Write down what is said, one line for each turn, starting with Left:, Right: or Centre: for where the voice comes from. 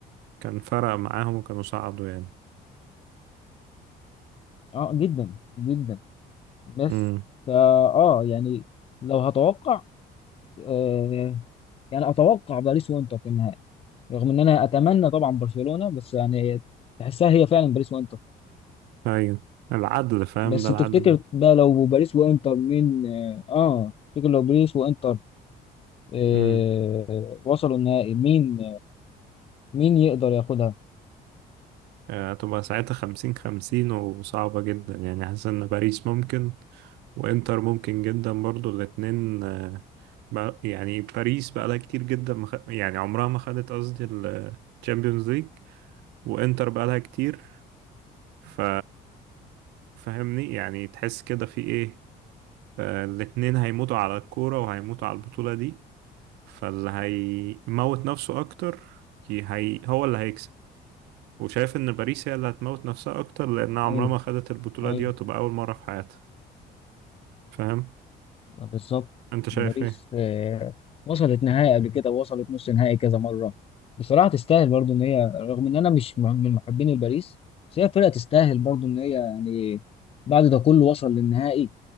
Right: كان فرق معاهم وكانوا صعدوا يعني
Left: اه جدا جدا بس
Right: امم
Left: فا اه يعني لو هتوقع آه يعني اتوقع باريس وانتر في النهائي رغم ان انا اتمنى طبعا برشلونه بس يعني تحسها هي فعلا باريس وانتر
Right: ايوه العدل فاهم
Left: بس
Right: ده
Left: تفتكر
Right: العدل
Left: بقى لو باريس وانتر مين اه آه، تفتكر لو باريس وانتر آه،
Right: امم
Left: وصلوا النهائي مين مين يقدر ياخدها
Right: آه، هتبقى ساعتها خمسين خمسين وصعبة جدا يعني حاسس ان باريس ممكن وانتر ممكن جدا برضو الاتنين آه، بق- يعني باريس بقالها كتير جدا مخ... يعني عمرها ما خدت قصدي الشامبيونز ليج وانتر بقالها كتير ف فاهمني يعني تحس كده في ايه آه، الاتنين هيموتوا على الكورة وهيموتوا على البطولة دي فاللي هيموت نفسه اكتر ي- هي هو اللي هيكسب وشايف ان باريس هي اللي هتموت نفسها اكتر لانها عمرها
Left: ايوه
Right: ما خدت البطولة
Left: ايوه
Right: دي وتبقى اول مرة في حياتها فاهم
Left: بالظبط
Right: انت شايف
Left: باريس
Right: ايه
Left: آه، وصلت نهائي قبل كده ووصلت نص نهائي كذا مره بصراحه تستاهل برضو ان هي رغم ان انا مش مع- من محبين باريس بس هي فرقه تستاهل برضو ان هي يعني بعد ده كله وصل للنهائي